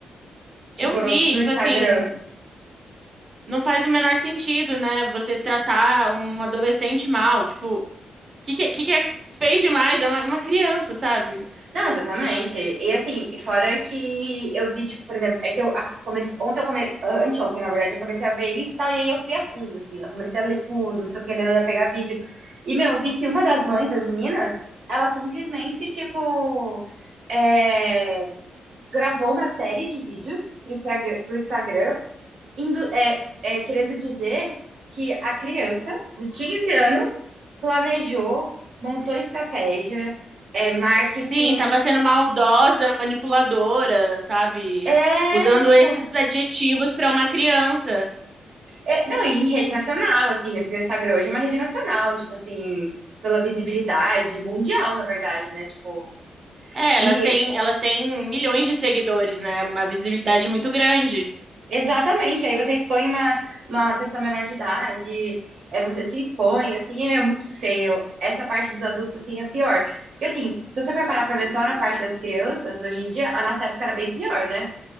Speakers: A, on the right (about 70°); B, on the right (about 40°).
A: tipo,
B: Eu vi,
A: no, no
B: tipo
A: Instagram.
B: assim, não faz o menor sentido, né? Você tratar um adolescente mal, tipo, o que que, que que é- fez demais? É uma, uma criança, sabe?
A: Não, exatamente. E assim, fora que eu vi, tipo, por exemplo, é que eu a- comecei, ontem eu comecei, anteontem, na verdade, eu comecei a ver isso e tal, e aí eu fui a fundo, assim, eu comecei a ler tudo, não sei o que, né, pegar vídeo. E, meu, eu vi que uma das mães das meninas, ela simplesmente, tipo, é, gravou uma série de vídeos pro Instagram, pro Instagram indo, é, é, querendo dizer que a criança de 15 anos planejou, montou estratégia, é, marketing,
B: Sim, tava sendo maldosa, manipuladora, sabe?
A: É,
B: Usando
A: tipo,
B: esses adjetivos pra uma criança.
A: é- não, e em rede nacional, assim, né? Porque o Instagram hoje é uma rede nacional, tipo assim, pela visibilidade mundial, na verdade, né? Tipo,
B: É, elas
A: e
B: têm, elas têm milhões de seguidores, né? Uma visibilidade muito grande.
A: exatamente, aí você expõe uma, uma pessoa menor de idade, é, você se expõe, assim, é muito feio. Essa parte dos adultos, assim, é pior. Porque, assim, se você for parar pra ver só na parte das crianças, hoje em dia, a nossa época era bem pior, né?